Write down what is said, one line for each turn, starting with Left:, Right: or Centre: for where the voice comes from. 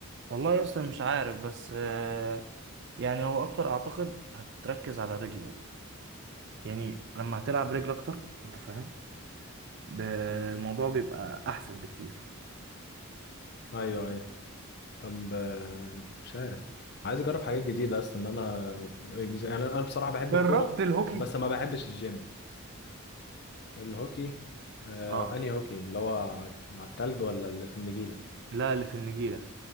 Right: والله يا اسطى مش عارف بس آه، يعني هو أكتر أعتقد هتركز على رجله يعني لما هتلعب رجل أكتر أنت فاهم ب- الموضوع بيبقى أحسن بكتير
Left: ايوه ايوه طب آه، مش عارف عايز اجرب حاجات جديده اصلا ان انا يعني انا أنا بصراحه بحب
Right: جربت
Left: الكوره
Right: الهوكي؟
Left: بس ما بحبش الجيم الهوكي آه
Right: اه
Left: انهي هوكي اللي هو على على التلج ولا اللي في النجيله
Right: لا اللي في النجيلة